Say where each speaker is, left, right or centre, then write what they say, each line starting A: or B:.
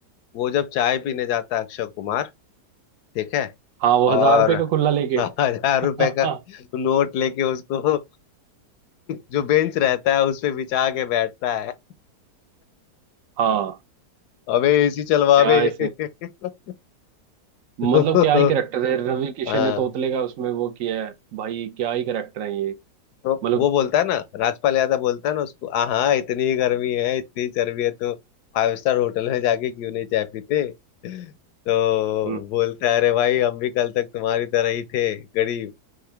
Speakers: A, on the left; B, on the right.
A: वो जब चाय पीने जाता है अक्षय कुमार ठीक है
B: हाँ वो हजार
A: और
B: रुपये का खुल्ला लेके
A: हजार
B: <laughs>
A: रुपए का नोट लेके उसको जो बेंच रहता है उस पे बिछा के बैठता है
B: हाँ
A: अबे एसी चलवावे
B: क्या है
A: <laughs> <laughs>
B: मतलब क्या ही करेक्टर है रवि किशन
A: हाँ
B: ने तोतले का उसमें वो किया है भाई क्या ही करेक्टर है ये
A: तो
B: मतलब
A: वो बोलता है ना राजपाल यादव बोलता है ना उसको "आ, हाँ इतनी गर्मी है इतनी चर्बी है तो फाइव स्टार होटल में जाके क्यों नहीं चाय पीते <laughs> तो
B: हम्म,
A: बोलता है अरे भाई हम भी कल तक तुम्हारी तरह ही थे गरीब